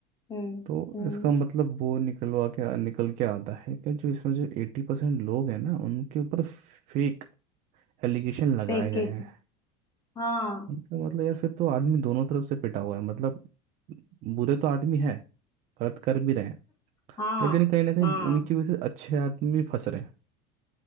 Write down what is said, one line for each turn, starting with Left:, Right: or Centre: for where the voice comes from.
Left: हम्म
Right: तो
Left: हम्म
Right: इसका मतलब वो निकलवा के निकल के आता है कि जो इसमें जो एट्टी परसेंट लोग हैं ना उनके ऊपर फेक एलिगेशन लगाए
Left: पैकेट
Right: गए हैं
Left: हाँ
Right: उनका मतलब यार फिर तो आदमी दोनों तरफ से पिटा हुआ है मतलब बुरे तो आदमी है गलत कर भी रहे हैं
Left: हाँ
Right: लेकिन कहीं ना कहीं
Left: हाँ
Right: उनकी वजह से अच्छे आदमी भी फंस रहे हैं